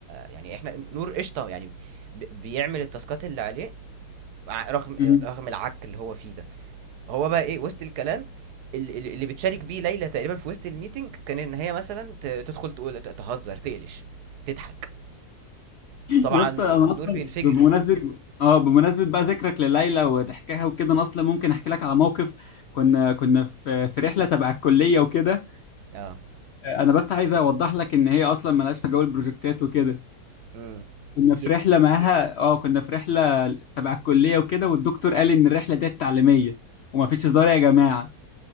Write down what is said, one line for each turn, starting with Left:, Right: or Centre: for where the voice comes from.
Right: يعني احنا نور قشطة يعني بي- بيعمل التاسكات اللي عليه ع- رغم
Left: مم.
Right: رغم العك اللي هو فيه ده هو بقى ايه وسط الكلام اللي اللي- اللي بتشارك بيه ليلى تقريبا في وسط الميتنج كان ان هي مثلا ت- تدخل تقول ت- تهزر تقلش تضحك وطبعا
Left: يا اسطى انا
Right: نور
Left: اصلا
Right: بينفجر
Left: بمناسبه اه بمناسبه بقى ذكرك لليلى وضحكها وكده انا اصلا ممكن احكي لك على موقف كنا كنا في في رحله تبع الكليه وكده
Right: اه
Left: انا بس عايز اوضح لك ان هي اصلا مالهاش في جو البروجكتات وكده
Right: امم
Left: كنا في
Right: ي-
Left: رحله معاها اه كنا في رحله تبع الكليه وكده والدكتور قال ان الرحله دي تعليميه وما فيش هزار يا جماعه